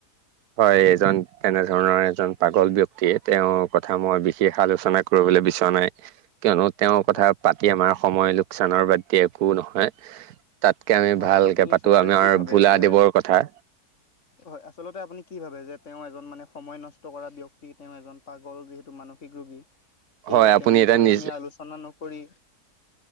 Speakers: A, on the right; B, on the left.
A: হয় এজন তেনেধৰণৰ এজন পাগল ব্যক্তিয়ে তেওঁৰ কথা মই বি শেষ আলোচনা কৰিবলৈ বিচৰা নাই, কিয়নো তেওঁৰ কথা
B: হয়
A: পাতি আমাৰ সময় লোকচানৰ বাদ দি একো নহয়। তাতকে আমি
B: হয়
A: ভালকে
B: আপুনি আচলতে
A: পাতো আমাৰ
B: কি ভাবে
A: ভোলাদেৱৰ
B: যে
A: কথা।
B: হয় আচলতে আপুনি কি ভাবে যে তেওঁ এজন মানে সময় নষ্ট কৰা ব্যক্তি, তেওঁ এজন পাগল যিহেতু মানসিক ৰোগী সেয়েহে
A: হয় আপুনি
B: তেওঁৰ বিষয়ে
A: এতিয়া নিজ
B: আমি আলোচনা নকৰি